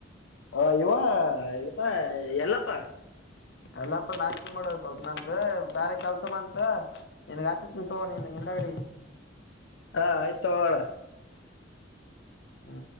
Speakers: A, on the left; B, on the left.
A: ಹಾ ಇವ ಯಾರಪಾ ಎಲ್ಲಪ್ಪ
B: ಎಲ್ಲಪ್ಪ ನಾಟಕೆ ಮಾಡುವ ಸ್ವಲ್ಪ ನಂದ ಬೇರೆ ಕೆಲ್ಸ ಬಂತ ನಿನಗೆ ಅಚ್ಚತ್ನ ತೋನಿನಗೆ ಇಂದಗಡೆ
A: ಹಾ ಆಯ್ತ ತಗೋ ಅಣ್ಣ
B: ಹ್ಮ